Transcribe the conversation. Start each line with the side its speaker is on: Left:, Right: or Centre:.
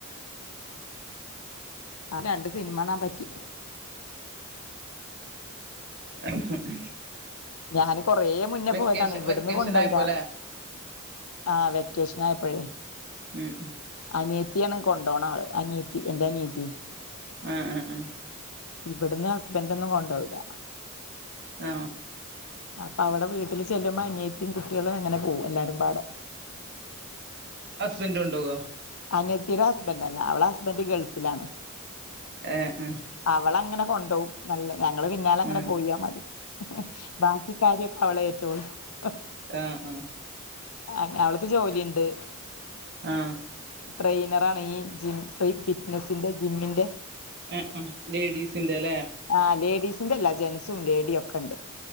Left: ആ രണ്ട് സിനിമാണാ പറ്റി
Right: <inaudible>
Left: ഞാന് കൊറേ മുന്നെ
Right: വെക്കേഷൻ
Left: പോയതാണേ ഇവിടുന്ന്
Right: വെക്കേഷൻ
Left: കൊണ്ടൊവൂല
Right: ആയപ്പോല്ലെ
Left: ആ വെക്കേഷൻ ന്നായപ്പഴേ
Right: ഉം ഉം
Left: അനിയത്തിയാണ് കൊണ്ടോണാള് അനിയ എൻ്റെ അനിയത്തി
Right: ആ ആ ആ
Left: ഇവിടുന്ന് ഹസ്ബൻഡ് ഒന്നും കൊണ്ടോവൂല
Right: ആ
Left: അപ്പൊ അവടെ വീട്ടില് ചെല്ലുമ്പോ അനിയത്തിം കുട്ടീയെളും അങ്ങനെ പോവും എല്ലാരും പാടെ
Right: ബൻഡ് കൊണ്ടാേവോ
Left: അനത്തിയുടെ ഹസ്ബൻഡല്ല അവളെ ഹസ്ബൻഡ് ഗൾഫിലാണ്
Right: ഏഹ് ആഹ്
Left: അവളങ്ങനെ കൊണ്ടോവും നല്ല ഞങ്ങള് പിന്നാല അങ്ങനെ
Right: ആഹ്
Left: പോയാ മതി ബാക്കി കാര്യക്കെ അവളേ <unintelligible>
Right: ആ ആ
Left: ആ അവൾക്ക് ജോലിണ്ട്
Right: ആ
Left: ട്രെയിനറാണ് ഈ ജി ഫ്രീ ഫിറ്റ്നസിന്റെ ജിമ്മിന്റെ
Right: ആഹ് ആഹ് ലേഡീസിന്റെ അല്ലേ
Left: ആ ലേഡീസിന്റെല്ല ജെൻസും ലേഡിയൊക്കെണ്ട്